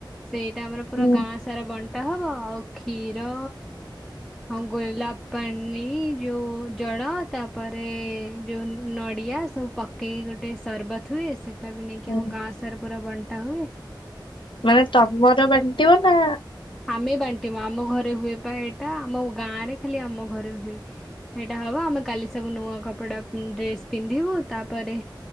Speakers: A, in the centre; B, on the left.
A: ସେଇଟା ଆମର ପୁରା
B: ହୁଁ।
A: ଗାଁ ସାରା ବଣ୍ଟ ବଣ୍ଟା ହବ ଆଉ କ୍ଷୀର ହଁ ଗୋଲାପ ପାଣି ଯୋଉ ଜଳ ତାପରେ ଯେଉଁ ନଡ଼ିଆ ସବୁ ପକେଇକି ଗୋଟେ ସରବତ ହୁଏ ସେ ସେଟା ବି ନେଇକି
B: ହୁଁ।
A: ଆମ ଗାଁ ସାର ପୁରା ବଣ୍ଟା ହୁଏ।
B: ମାନେ ତମର ବାଣ୍ଟିବ ନା
A: ଆମେ ବାଣ୍ଟିବା ଆମ ଘରେ ହୁଏ। ଏଇଟା ଆମ ଗାଁରେ ଖାଲି ଆମ ଘରେ ହୁଏ ଏଇଟା ହବ ଆମେ କାଲି ସବୁ ନୂଆ କପଡା ପି ଡ୍ରେସ୍ ପିନ୍ଧିବୁ ତାପରେ